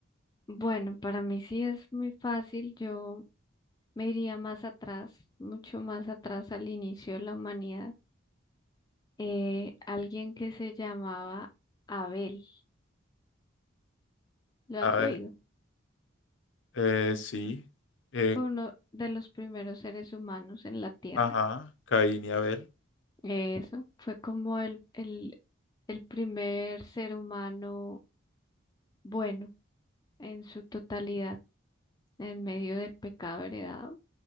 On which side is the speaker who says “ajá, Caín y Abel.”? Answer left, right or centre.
Left